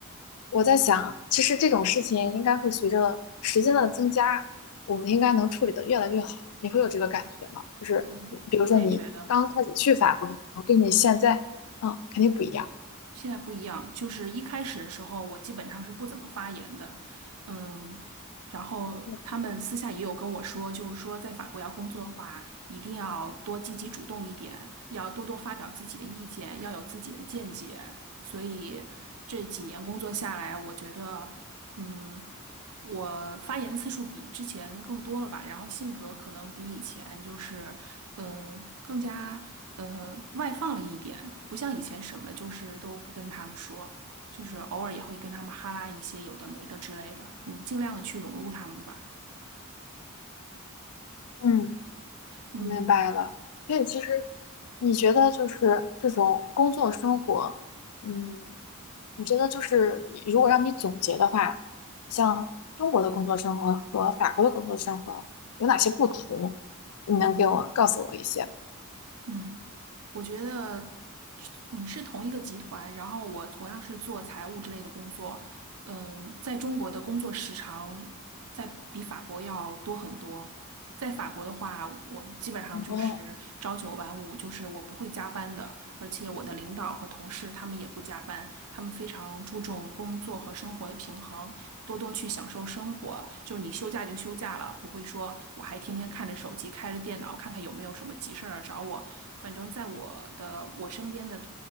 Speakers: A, on the left; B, on the right.
A: 我在想，其实这种事情应该会随着时间的增加，我们应该能处理的越来越好。你会有这个感觉吗？就是比如说你刚开始去法国，
B: 嗯，我也觉得
A: 跟你现在，嗯，肯定不一样。
B: 现在不一样，就是一开始的时候，我基本上是不怎么发言的，嗯，然后他们私下也有跟我说，
A: 嗯
B: 就是说在法国要工作的话，一定要多积极主动一点，要多多发表自己的意见，要有自己的见解。所以这几年工作下来，我觉得，嗯，我发言次数比之前更多了吧，然后性格可能比以前就是，呃，更加呃外放了一点，不像以前什么就是都不跟他们说，就是偶尔也会跟他们哈拉一些有的没的之类的，嗯，尽量的去融入他们吧，
A: 嗯。
B: 嗯。
A: 我明白了，所以其实你觉得就是这种工作生活，嗯，你觉得就是如果让你总结的话，像中国的工作生活和法国的工作生活有哪些不同？你能给我告诉我一些吗？
B: 嗯，我觉得，嗯，是同一个集团，然后我同样是做财务之类的工作，嗯，在中国的工作时长在比法国要多很多。在法国的话，我基本上就是朝九晚五，
A: 哦。
B: 就是我不会加班的，而且我的领导和同事他们也不加班，他们非常注重工作和生活的平衡，多多去享受生活。就是你休假就休假了，不会说我还天天看着手机，开着电脑看看有没有什么急事儿啊找我。反正在我的我身边的